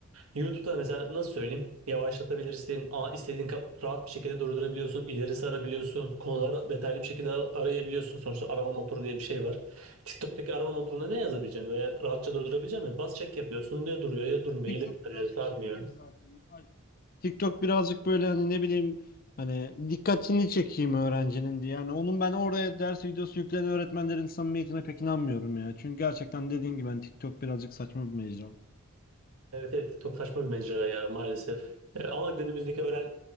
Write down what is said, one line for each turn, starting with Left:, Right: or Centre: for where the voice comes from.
Right: YouTube'da mesela nasıl söyleyeyim? Yavaşlatabilirsin, a- istediğin ka- rahat bir şekilde durdurabiliyorsun, ileri sarabiliyorsun, konuları detaylı bir şekilde arayabiliyorsun. Sonuçta arama motoru diye bir şey var. TikTok'taki arama motoruna ne yazabileceksin veya rahatça durdurabileceksin mi? Bas çek yapıyorsun ya duruyor ya durmuyor,
Left: TikTok
Right: ileri sarıyor,
Left: birazcık
Right: sarmıyor.
Left: şey gibi zaten. Alp. TikTok birazcık böyle hani ne bileyim hani dikkatini çekeyim öğrencinin diye. Yani onun ben oraya ders videosu yükleyen öğretmenlerin samimiyetine pek inanmıyorum ya. Çünkü gerçekten dediğim gibi ben TikTok birazcık saçma bir mecra.
Right: Evet evet TikTok saçma bir mecra ya maalesef. E, ama günümüzdeki öğren...